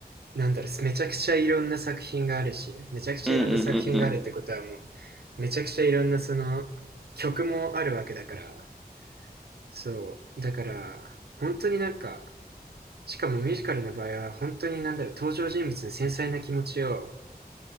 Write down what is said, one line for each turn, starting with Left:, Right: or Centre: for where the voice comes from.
Right: なんだろう、めちゃくちゃいろんな作品があるし、めちゃくちゃいろんな作品があるってことはもう、
Centre: うんうんうんうん。
Right: めちゃくちゃいろんなその、曲もあるわけだから、そう、だから、本当になんか、しかもミュージカルの場合は、本当になんだろう、登場人物の繊細な気持ちを